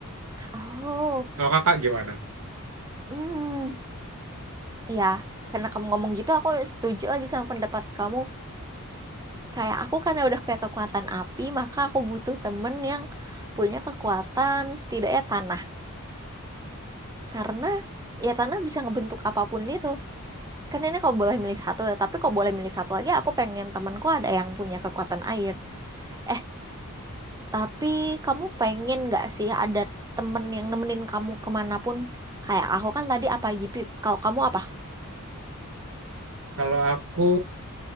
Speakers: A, on the right; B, on the right.
A: Oh,
B: Kalau Kakak gimana?
A: hmm, ya. Karena kamu ngomong gitu, aku setuju lagi sama pendapat kamu Kayak aku karena udah punya kekuatan api, maka aku butuh temen yang punya kekuatan setidaknya tanah. Karena ya tanah bisa ngebentuk apapun itu. Kan ini kau boleh milih satu, ya, tapi kau boleh milih satu lagi, aku pengen temenku ada yang punya kekuatan air. Eh, tapi kamu pengen nggak sih ada temen yang nemenin kamu kemanapun? Kayak aku kan tadi apa Yipip, kalau kamu apa?
B: Kalau aku